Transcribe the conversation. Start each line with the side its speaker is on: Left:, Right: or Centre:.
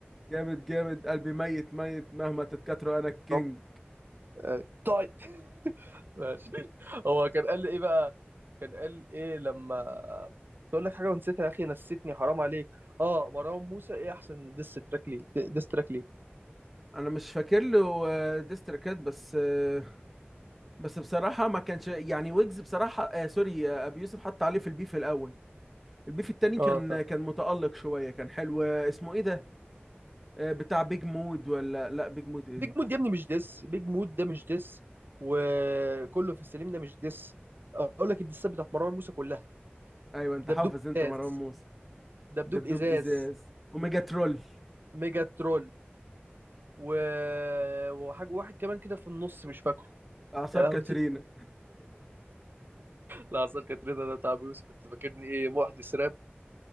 Centre: جامد جامد قلبي ميت ميت مهما تتكاتروا انا الكينج
Right: رب- أيوة. طيب ماشي <laughs> هو كان قال لي ايه بقى كان قال ايه لما تقول لك حاجة ونسيتها يا اخي نسيتني حرام عليك اه مروان موسى ايه احسن ديس تراك ليه ديس تراك ليه
Centre: انا مش فاكر له آه، ديستريكات بس آه، بس بصراحه ما كانش يعني ويجز بصراحه آه سوري آه، ابي يوسف حط عليه في البيف الاول البيف التاني
Right: اه
Centre: كان كان متالق شويه كان حلو آه، اسمه ايه ده آه، بتاع بيج مود ولا لا بيج مود ايه
Right: بيج مود يا ابني مش ديس بيج مود ده مش ديس وكله في السليم ده مش ديس اقول لك الديسات بتاعت مروان موسى كلها
Centre: ايوه انت
Right: دبدوب
Centre: حافظ انت
Right: ازاز
Centre: مروان موسى
Right: دبدوب
Centre: دبدوب
Right: ازاز
Centre: ازاز وميجا ترول
Right: ميجا ترول و... وحاجه واحد كمان كده في النص مش فاكره
Centre: اعصار
Right: يا لهوي
Centre: كاترينا
Right: نسيت لا اصل كاترينا ده بتاع أبو يوسف انت فاكرني ايه محدث راب